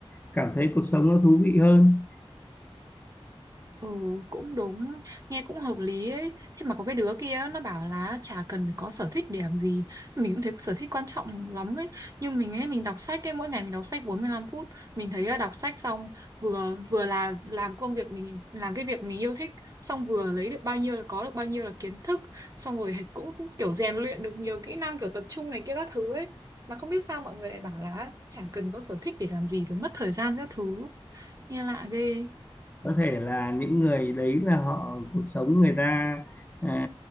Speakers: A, on the left; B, on the right.
A: cảm thấy cuộc sống nó thú vị hơn.
B: Ừ cũng đúng Nghe cũng hợp lý ấy Thế mà có cái đứa kia nó bảo là Chả cần phải có sở thích để làm gì Mình cũng thấy sở thích quan trọng lắm ấy Nhưng mình ấy mình đọc sách ấy Mỗi ngày mình đọc sách bốn mươi lăm phút Mình thấy là đọc sách xong Vừa vừa là làm công việc mình Làm cái việc mình yêu thích Xong vừa lấy được bao nhiêu là có được bao nhiêu là kiến thức Xong rồi cũng kiểu rèn luyện được nhiều kỹ năng Kiểu tập trung này kia các thứ ấy Mà không biết sao mọi người lại bảo là Chả cần có sở thích để làm gì Rồi mất thời gian các thứ Nghe lạ ghê
A: có thể là những người đấy là họ cuộc sống người ta ờ,